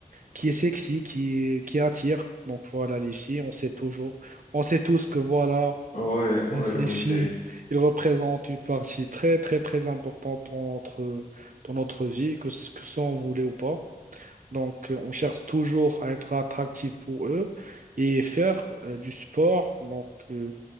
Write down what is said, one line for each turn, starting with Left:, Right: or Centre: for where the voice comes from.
Right: qui est sexy, qui est- qui attire. Donc voilà les filles, on sait toujours, on sait tous que voilà
Left: Ouais,
Right: <laughs>
Left: ouais,
Right: les
Left: ouais,
Right: filles,
Left: c'est
Right: ils représentent une partie très très très importante dans notre dans notre vie, que ce que ça on voulait ou pas. Donc euh, on cherche toujours à être attractif pour eux et faire euh, du sport. Donc euh,